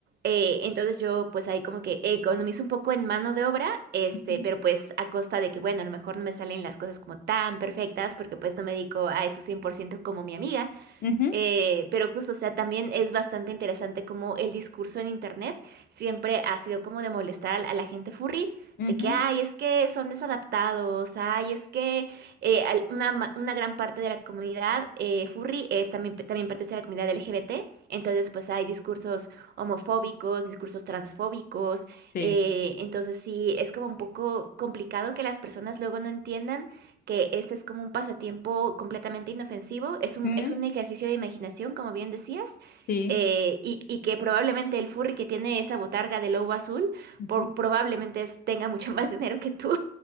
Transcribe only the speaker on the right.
Eh, entonces yo pues ahí como que economizo un poco en mano de obra, este,
pero pues a costa de que, bueno, a lo mejor no me salen las cosas como tan perfectas porque pues no me dedico a eso 100% como mi amiga,
eh, pero justo, o sea, también es bastante interesante como el discurso en internet siempre ha sido como de molestar al- a, la gente furry,
de que, ay, es que son desadaptados, ay, es que eh, al- una, ma- una gran parte de la comunidad eh, furry es también, también pertenece a la comunidad LGBT, entonces pues hay discursos homofóbicos, discursos transfóbicos,
eh, entonces sí, es como un poco complicado que las personas luego no entiendan que ese es como un pasatiempo completamente inofensivo, es un,
es un ejercicio de imaginación, como bien decías,
eh, y, y que probablemente el furry que tiene esa botarga de lobo azul
por- probablemente es- tenga mucho <laughs> más dinero que tú.